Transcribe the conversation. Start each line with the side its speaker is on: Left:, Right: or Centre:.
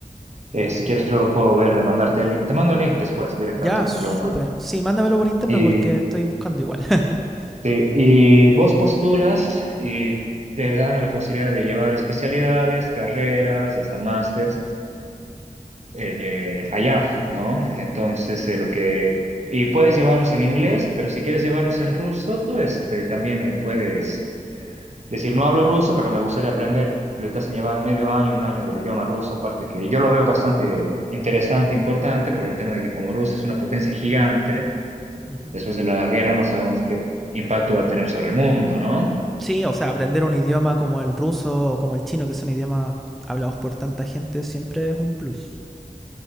Right: eh, si quieres luego puedo ver, de mandarte el link, te mando el link después directamente,
Centre: Ya,
Right: no
Centre: súper.
Right: te lo mando.
Centre: Sí, mándamelo por interno
Right: Y
Centre: porque estoy buscando igual. <laughs>
Right: Sí, y vos postulas y te dan la posibilidad de llevar especialidades, carreras y hasta másters eh, allá, ¿no? Entonces, eh, lo que... Y puedes llevarlos en inglés, pero si quieres llevarlos en ruso, este, también eh, puedes decir, no hablo ruso, pero me gustaría aprender. ahorita sin llevar medio año, un año del idioma ruso, aparte que yo lo veo bastante interesante, importante, por el tema de que como Rusia es una potencia gigante,
Centre: Ujú.
Right: después de la guerra no sabemos qué impacto va a tener sobre el mundo, ¿no?
Centre: Sí, o sea, aprender un idioma como el ruso o como el chino, que son idiomas hablados por tanta gente, siempre es un plus.